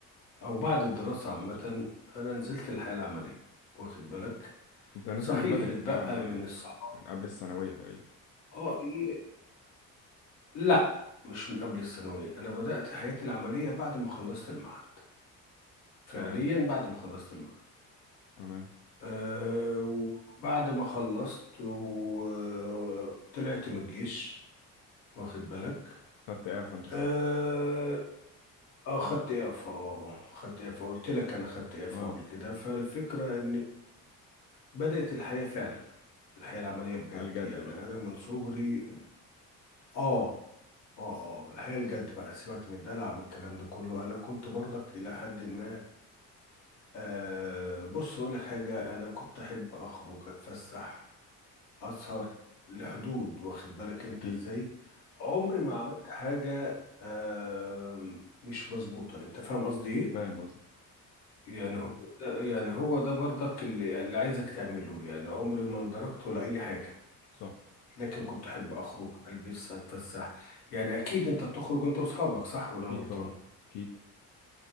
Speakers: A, on the left; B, on the left.
A: او بعد الدراسه عامه انا نزلت الحياه العمليه واخد بالك
B: انت نازل
A: صحيح
B: من بدري
A: اتبقى
B: في الحياة العملية
A: من الصحاب
B: من قبل الثانوية تقريبا
A: اه ايه لا مش من قبل الثانويه انا بدات حياتي العمليه بعد ما خلصت المعهد فعليا
B: تمام
A: بعد ما خلصت المعهد
B: تمام
A: آه، وبعد ما خلصت وطلعت من الجيش واخد بالك
B: خدت اعفاء انت ساعتها
A: آه، اه خدت اف اه آه، اه، خدت اف قلت لك انا خدت اف
B: اه
A: قبل كده فالفكره ان بدات الحياه فعلا الحياه العمليه بجد
B: على الجد
A: يعني
B: بقى
A: انا من صغري اه اه اه الحياه الجد بقى سيبك من الدلع من الكلام ده كله انا كنت برضك الى حد ما آه بص اقول لك حاجه انا كنت احب اخرج اتفسح اسهر لحدود واخد بالك انت
B: اكيد
A: ازاي عمري ما عملت حاجه آه مش مظبوطه انت فاهم قصدي ايه
B: فاهم قصدك
A: يعني هو ده يعني هو ده برضك اللي, اللي عايزك تعمله يعني عمري ما اندركت ولا اي حاجه
B: صح
A: لكن كنت احب اخرج البس اتفسح يعني اكيد انت بتخرج انت واصحابك صح ولا
B: اكيد
A: انا غلطان
B: طبعا اكيد